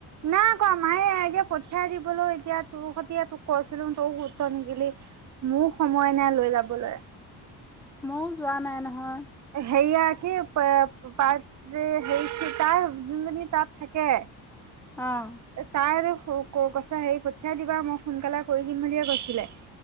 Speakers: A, on the right (about 45°); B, in the centre.
A: নাই কোৱা, মায়ে এতিয়া পঠিয়াই দিবলৈ এতিয়া তোৰ সৈতে তোক কৈছিলোঁ, তইয়ো গুৰুত্ব নিদিলি। মোৰ সময় নাই লৈ যাবলৈ।
B: মইও যোৱা নাই নহয়।
A: সেইয়া কি পাৰ্ট যে হেই তাৰ যোনজনী তাত থাকে।
B: অ'
A: তাই আৰু <unintelligible> হেৰি পঠিয়াই দিবা, মই সোনকালে কৰি দিম বুলিয়ে কৈছিলে।